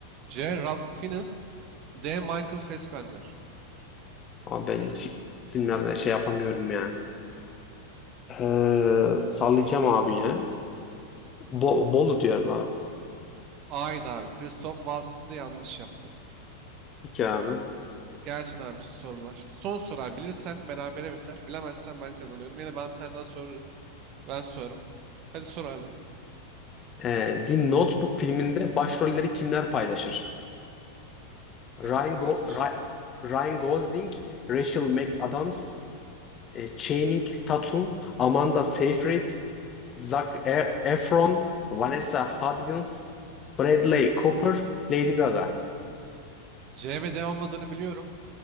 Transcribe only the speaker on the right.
C. Rob Fiennes D. Michael Fassbender
A'ydı abi. Christoph Waltz'tı yanlış yaptın.
Gelsin abi sorular. Son soru abi. Bilirsen berabere biter. Bilemezsen ben kazanıyorum. Yine ben bir tane daha sorarız. Ben sorarım. Hadi sor abi.
Evet
gelsin
şıkla.
C ve D olmadığını biliyorum.